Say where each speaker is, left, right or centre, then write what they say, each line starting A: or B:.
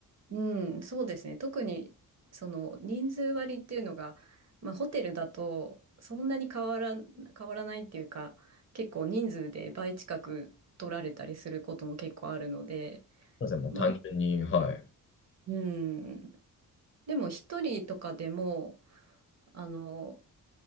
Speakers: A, on the right (about 50°); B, on the left (about 35°).
A: うん、そうですね。特に、その、人数割っていうのが、まあ、ホテルだと、そんなに変わら、変わらないっていうか、結構人数で倍近く取られたりすることも結構あるので、
B: そうですね、もう単純に、
A: まあ、
B: はい。
A: うん。でも、一人とかでも、あの、